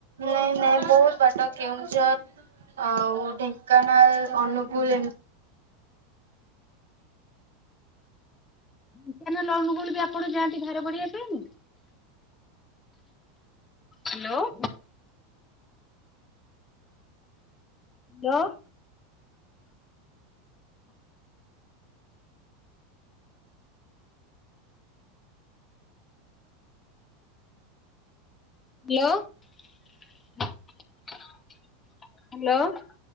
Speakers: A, on the right; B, on the left.
A: ନାଇଁ ନାଇଁ ବୋହୁତ୍ ବାଟ କେଉଁଝର୍ ଆଉ ଢେଙ୍କାନାଳ ଅନୁଗୁଳ ଏମ୍
B: ଢେଙ୍କାନାଲ୍ ଅନୁଗୁଳ୍ ବି ଆପଣ ଯାଆନ୍ତି ଭାର ବୁଢେଇବା ପାଇଁ। ହାଲୋ। ହାଲୋ। Hello hello.